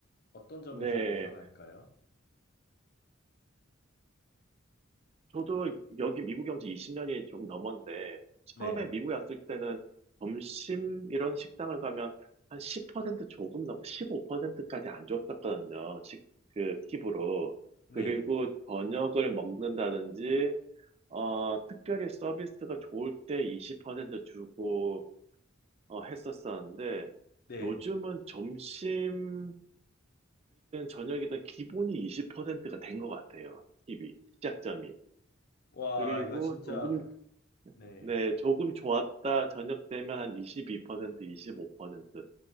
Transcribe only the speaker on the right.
네.
저도 여기 미국에 온지 20년이 조금 넘었는데, 처음에
미국에 왔을 때는 점심 이런 식당을 가면 한 10% 조금 넘, 15%까지 안 줬었거든요. 식, 그 팁으로.
그리고 저녁을 먹는다든지, 어, 특별히 서비스가 좋을 때 20% 주고, 어, 했었었는데,
요즘은 점심이든 저녁이든 기본이 20%가 된 것 같아요. 팁이, 시작점이.
그리고
조금
네, 조금 좋았다. 저녁 되면 한 22%, 25%.